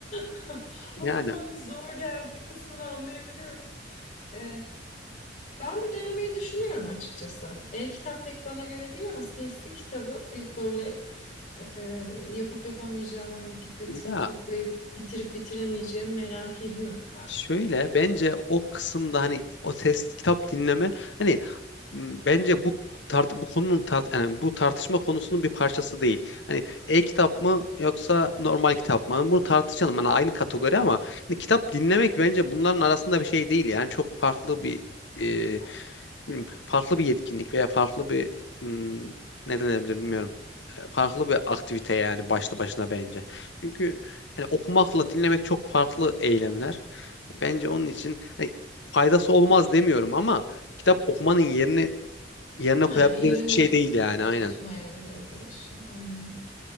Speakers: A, on the left; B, on the left.
A: <laughs> Okumanın
B: Yani
A: zor geldiği kısmını anlayabiliyorum. E, ben bir denemeyi düşünüyorum açıkçası. E-kitap pek bana göre değil ama sesli kitabı bir böyle e, yapıp yapamayacağım, hani dikkatimi
B: ya
A: toplayıp bitirip bitiremeyeceğimi merak ediyorum ben.
B: Şöyle bence o kısımda hani o test kitap dinleme hani m, bence bu tart bu konunun tart yani bu tartışma konusunun bir parçası değil. Hani e-kitap mı yoksa normal kitap mı? Bunu tartışalım. Hani aynı kategori ama hani kitap dinlemek bence bunların arasında bir şey değil. Yani çok farklı bir e, bilmiyorum, farklı bir yetkinlik veya farklı bir m, ne denebilir bilmiyorum. E, Farklı bir aktivite yani başlı başına bence. Çünkü yani okumakla dinlemek çok farklı eylemler. Bence onun için hani faydası olmaz demiyorum ama kitap okumanın yerine yerine
A: Ha,
B: koyabileceğimiz
A: yerini
B: bir şey değil yani aynen.
A: tutmayabilir diyorsun, anlıyorum.